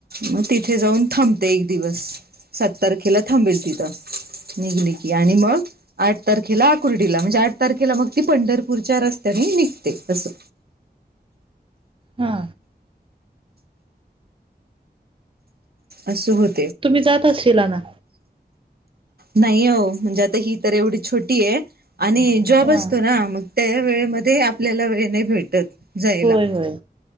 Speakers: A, on the right; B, on the right.
A: मग तिथे जाऊन थांबते एक दिवस सात तारखेला थांबेल तिथं. ह आणि मग आठ तारखेला आकुर्डीला म्हणजे, आठ तारखेला मग ती पंढरपूरच्या रस्त्याने निघ ते असं.
B: हा.
A: असं होत.
B: तुम्ही जात असशिला ना?
A: नाही आहो म्हणजे आता ही तर एवढी छोटी आहे आणि जॉब
B: हा
A: असतो ना मग, त्या वेळामध्ये आपल्याला वेळ नाही भेटत. जायला
B: होय होय.